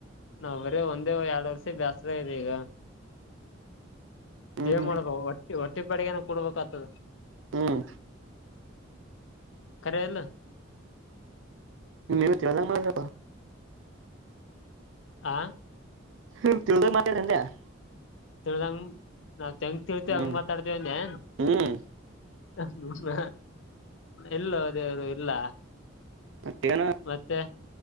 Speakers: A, on the left; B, on the right.
A: ನಾವ್ ಬರೇ ಒಂದೇ ಯಾಡ್ ವರ್ಷ ಬ್ಯಾಸ್ರ ಇದೆ ಈಗ.
B: ಹ್ಮ್
A: ಏನ್
B: ಹ್ಮ್
A: ಮಾಡಬ ಒಟ್. ಈ ಒಟ್ಟಿ ಪಾಡಿಗೆನ ಕೊಡ್ಬೇಕಾಗ್ತದ.
B: ಹ್ಮ್.
A: ಖರೆ ಇಲ್ಲ.
B: ನಿನಗ್ ತಿಳದಂಗ ಮಾಡ್ಲೆಪಾ.
A: ಆ.
B: ಹ ತಿಳಿದಾಗ ಮಾತಾಾರನ್ <inaudible>
A: ತಿಳದಂಗ್. ನಾವು ತೆಂಗ ತಿಳ್ತಿವಿ
B: ಹ್ಮ್
A: ಹಂಗ ಮಾತಾಡ್ತೇವ ಅಂದಿ.
B: ಹ್ಮ್
A: ಹ್ಮ ಇಲ್ಲೊ ದೇವ್ರ ಇಲ್ಲ.
B: ಮಟ್ಟನ
A: ಮತ್ತೆ